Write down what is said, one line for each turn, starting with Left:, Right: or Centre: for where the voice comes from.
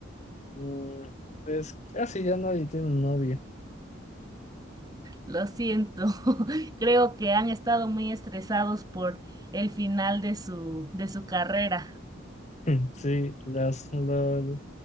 Left: Mm, Pues casi ya nadie tiene novia.
Right: Lo siento, <laughs> creo que han estado muy estresados por el final de su, de su carrera.
Left: <laughs> Sí, las, lo-